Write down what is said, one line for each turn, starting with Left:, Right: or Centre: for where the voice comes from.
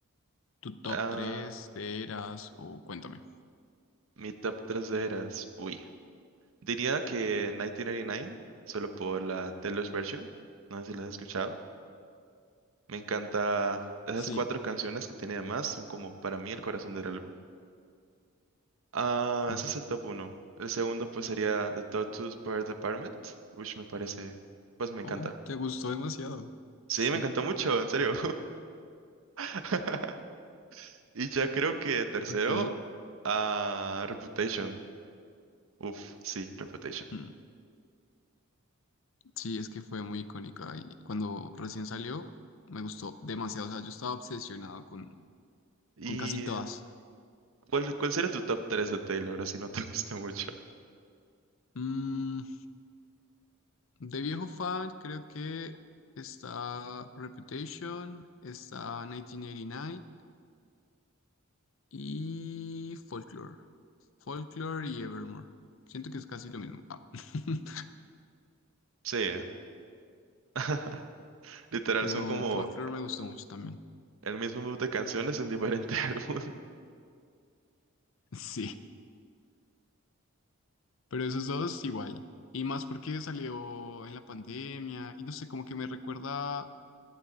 Left: tu top
Right: ah,
Left: 3 de Eras? O cuéntame.
Right: mi top 3 de eras, uy, diría que 1989, solo por la Taylor's version, no sé si la has escuchado. Me encanta esas
Left: Sí.
Right: cuatro canciones que tiene además, son como para mí el corazón del álbum. Ah,
Left: mm.
Right: ese es el top uno. El segundo pues sería The Tortoise Bird Apartment, which me parece, pues me encanta.
Left: Oh, te gustó demasiado.
Right: Sí,
Left: Sí,
Right: me encantó mucho, en serio. <laughs> Y ya creo que tercero,
Left: ok.
Right: ah, Reputation. Uf, sí, Reputation.
Left: Mm. Sí, es que fue muy icónica y cuando recién salió me gustó demasiado. O sea, yo estaba obsesionado con,
Right: ¿Y
Left: con casi todas.
Right: cuál, cuál sería tu top 3 de Taylor, así no te <laughs> gusta mucho?
Left: Mm, de viejo fan, creo que está Reputation, está 1989 y nueve y Folklore. Folklore y Evermore. Siento que es casi lo mismo. Ah. <laughs>
Right: Sí, eh. <laughs> literal
Left: Pero
Right: son como
Left: Folklore me gustó mucho también. <laughs>
Right: el mismo mood de canciones en diferente <laughs> álbum.
Left: Sí, pero esos dos igual. Y más porque salió en la pandemia y no sé, como que me recuerda